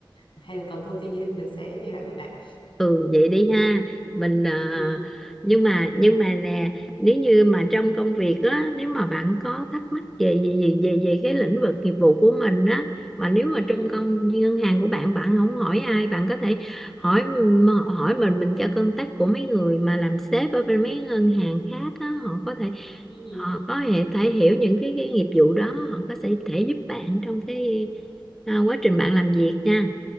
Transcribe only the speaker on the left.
hay là cần thông tin như thế mình sẽ liên lạc với bạn
ừ.
Ừ.
Ừ.